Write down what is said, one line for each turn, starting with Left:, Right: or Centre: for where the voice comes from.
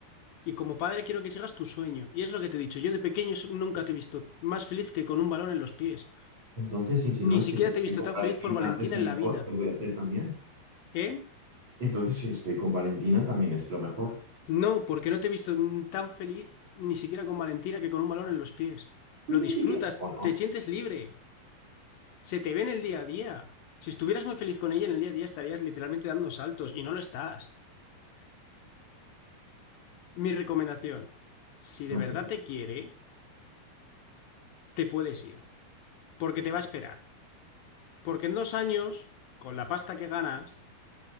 Left: Y como padre quiero que sigas tu sueño. Y es lo que te he dicho, yo de pequeño so- nunca te he visto más feliz que con un balón en los pies.
Right: Entonces, si si
Left: Ni
Right: no es
Left: siquiera
Right: que si estoy
Left: te he visto
Right: con
Left: tan
Right: Valentina
Left: feliz por Valentina
Right: es lo
Left: en la
Right: mejor
Left: vida.
Right: que voy a hacer también.
Left: ¿Eh?
Right: Entonces, si estoy con Valentina también es lo mejor.
Left: No, porque no te he visto n- tan feliz ni siquiera con Valentina que con un balón en los pies.
Right: Pues
Left: Lo
Right: ni
Left: disfrutas,
Right: siquiera conoces.
Left: te sientes libre, se te ve en el día a día. Si estuvieras muy feliz con ella en el día a día estarías literalmente dando saltos y no lo estás. Mi recomendación, si de
Right: No
Left: verdad
Right: sé qué.
Left: te quiere, te puedes ir, porque te va a esperar. Porque en dos años, con la pasta que ganas,